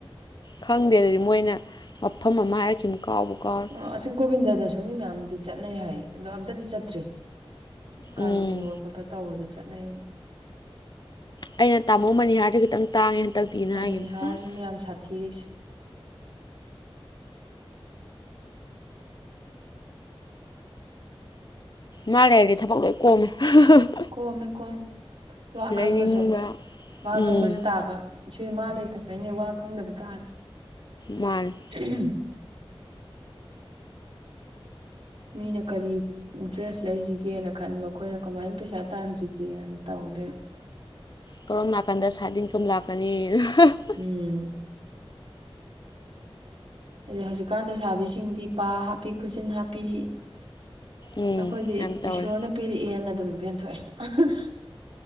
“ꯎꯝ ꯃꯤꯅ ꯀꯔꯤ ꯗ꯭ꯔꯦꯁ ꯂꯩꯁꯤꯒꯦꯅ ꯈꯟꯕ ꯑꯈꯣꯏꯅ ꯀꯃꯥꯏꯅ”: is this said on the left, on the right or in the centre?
Right